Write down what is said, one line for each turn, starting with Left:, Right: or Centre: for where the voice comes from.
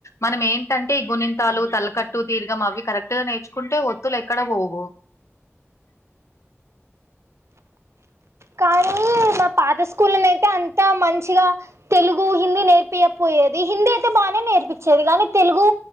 Left: మనం ఏంటంటే ఈ గునింతాలు తల్లకట్టు తీర్ఘం అవి కరెక్ట్ గా నేర్చుకుంటే తులు ఎక్కడ పోవు
Right: కానీ మా పాద స్ అయితే అంత మంచి మంచిగా తెలుగు హిందీ నేర్పియకపోయేది హిందీ అయితే బాగానే నేర్పించేది కానీ తెలుగు